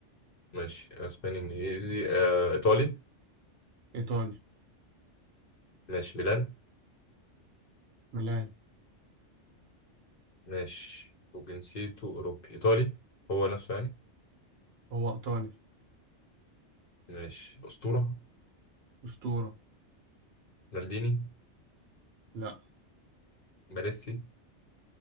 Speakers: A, on the left (about 50°); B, on the right (about 60°).
A: ماشي أسباني إنجليزي آه إيطالي
B: ايطالي
A: ماشي ميلان
B: ميلان
A: ماشي وجنسيته أوروبي إيطالي هو نفسه يعني
B: هو ايطالي
A: ماشي أسطورة
B: أسطورة
A: مالديني
B: لا
A: باريسي